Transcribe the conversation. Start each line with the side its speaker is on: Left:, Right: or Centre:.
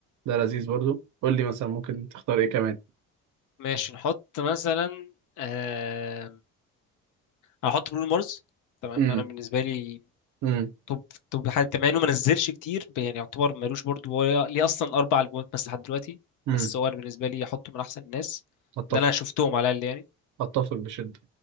Right: ده لذيذ برضو قول لي مثلا ممكن تختار ايه كمان
Left: ماشي نحط مثلا آه... هحط برونو مارس تمام
Right: امم
Left: انا بالنسبة لي
Right: امم
Left: توب توب حاجة مع انه ما نزلش كتير ب- يعني يعتبر مالوش برضو هو ليه اصلا اربع البومات بس لحد دلوقتي
Right: امم
Left: بس هو انا بالنسبة لي هحطه من احسن الناس
Right: اتفق
Left: اللي انا شفتهم على الاقل يعني
Right: اتفق بشدة